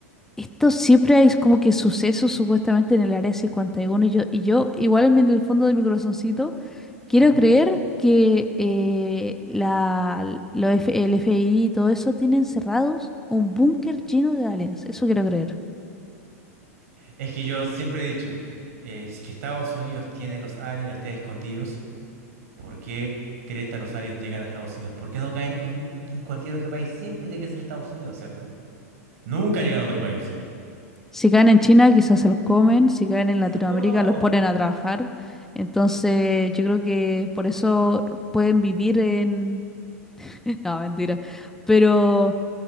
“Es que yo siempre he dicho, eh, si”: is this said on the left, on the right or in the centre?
Right